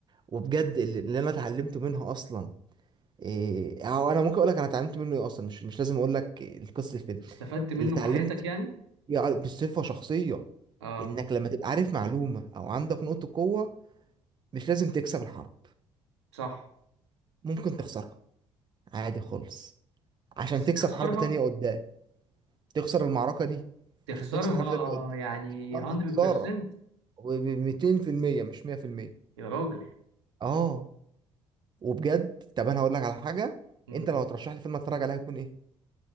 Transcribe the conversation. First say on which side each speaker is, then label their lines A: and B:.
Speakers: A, on the right (about 30°); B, on the right (about 80°).
A: وبجد اللي اللي أنا اتعلمت منها أصلا إيه أو أنا ممكن أقول لك أنا اتعلمت منه إيه أصلا مش مش لازم أقول لك القصة الفيلم
B: استفدت منه
A: اللي اتعلمت
B: في حياتك يعني
A: يع- بصفة شخصية
B: اه
A: إنك لما تبقى عارف معلومة أو عندك نقطة قوة مش لازم تكسب الحرب
B: صح
A: ممكن تخسرها عادي خالص عشان
B: بس
A: تكسب
B: تخسرها
A: حرب تانية قدام تخسر المعركه دي
B: تخسرها
A: عشان تخسر حلفة اللي قد
B: يعني
A: آه، تخسرها
B: 100%
A: خساره و 200% مش 100%
B: يا راجل
A: اه وبجد طب انا هقول لك على حاجه
B: مم.
A: انت لو هترشح لي فيلم اتفرج عليه هيكون ايه